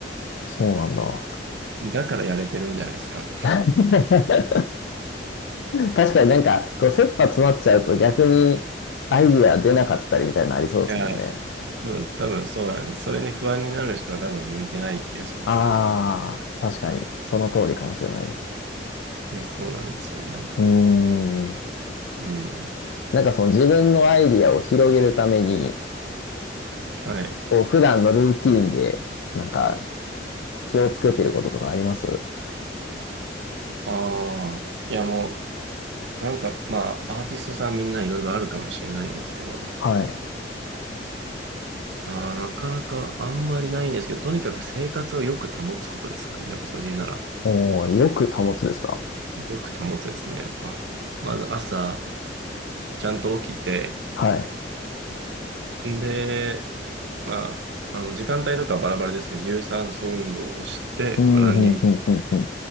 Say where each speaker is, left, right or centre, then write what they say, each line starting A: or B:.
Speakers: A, on the left; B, on the right.
A: そうなんだ。
B: だからやれてるんじゃないですか。
A: <laughs> 確かになんか、こう、切羽詰まっちゃうと逆にアイディア出なかったりみたいなのありそうですもんね。
B: いや、多分多分そうなんです。それに不安になる人は多分向いてない気がします。
A: ああ、確かに、その通りかもしれないです。
B: いや、そうなんですよね。なんか。
A: うーん。
B: うん。
A: なんかその自分のアイディアを広げるために、
B: はい。
A: こう、普段のルーティーンで、なんか、気をつけてることとかあります
B: ああ。いやもう、なんか、まあ、アーティストさんみんないろいろあるかもしれないんですけど、
A: はい。
B: ああ、なかなかあんまりないんですけど、とにかく生活をよく保つことですかね。でもそれで言うなら、
A: おー、よく保つですか
B: よく保つですね、やっぱ。まず朝、ちゃんと起きて、
A: はい。
B: んで、まあ、あの、時間帯とかはバラバラですけど、有酸素運動をして、
A: うん、
B: まあ、ランニング、
A: うん、うん、うん、うん。